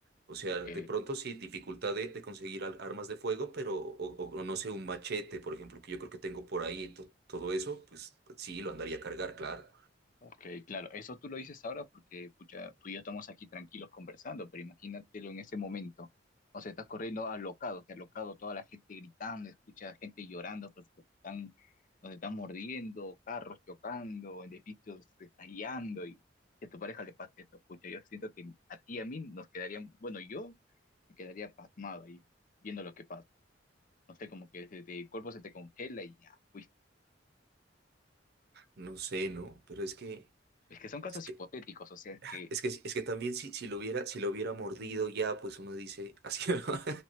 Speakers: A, on the right; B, on the left.
A: O sea,
B: Ok,
A: de pronto sí, dificultad de, de conseguir al- armas de fuego, pero, o, o- o no sé, un machete, por ejemplo, que yo creo que tengo por ahí, to- todo eso, pues sí, lo andaría a cargar, claro.
B: Ok, claro, eso tú lo dices ahora porque pucha, tú y yo estamos aquí tranquilos conversando, pero imagínatelo en ese momento. O sea, estás corriendo alocado, que alocado, toda la gente gritando, escucha gente llorando, pues los están, nos están mordiendo, carros chocando, edificios estallando y que a tu pareja le pase eso, pucha, yo siento que a ti y a mí nos quedarían, bueno, yo me quedaría pasmado ahí viendo lo que pasa. No sé, como que se te- el cuerpo se te congela y ya, fuiste.
A: No sé, ¿no? Pero es que,
B: Es que son casos
A: es que,
B: hipotéticos, o sea, es que
A: es que, es que también si, si lo hubiera, si lo hubiera mordido ya, pues uno dice, así, <laughs> ¿no?